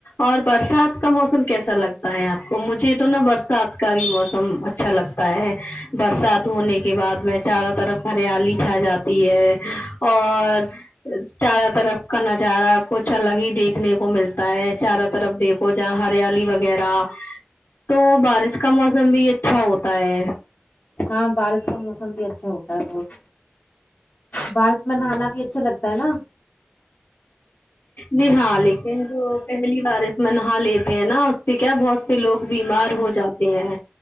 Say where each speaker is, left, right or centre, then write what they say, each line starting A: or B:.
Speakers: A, on the left; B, on the left.
A: اور برسات کا موسم کیسا لگتا ہے آپ کو مجھے تو نا بر سات کا بھی موسم اچھا لگتا ہے برسات ہونے کے بعد میں چاروں طرف ہریالی چھا جاتی ہے اور چاروں طرف کا نظارہ کچھ الگ ہی دیکھنے کو ملتا ہے چاروں طرف دیکھ و جہاں ہریالی وغیرہ تو بارش کا موسم بھی اچھا ہوتا ہے
B: ہاں بارش کا موسم بھی اچھا ہوتا ہے بہت بارش میں نہانا بھی اچھا لگتا ہے نا
A: جی ہاں لیکن جو پہلی بارش میں نہا لیتے ہیں نا اس سے کیا بہت سے لوگ بیمار ہو جاتے ہیں